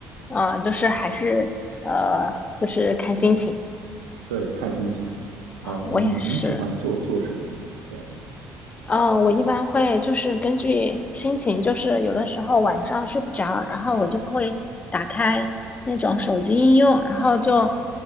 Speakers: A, on the left; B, on the right.
A: 嗯，就是还是呃，就是看心情。
B: 对，看心情。啊、
A: 我也是，
B: 你你喜欢做做什么呢？这样子。
A: 嗯，呃我一般会就是根据心情，就是有的时候晚上睡不着，然后我就会打开那种手机应用，然后就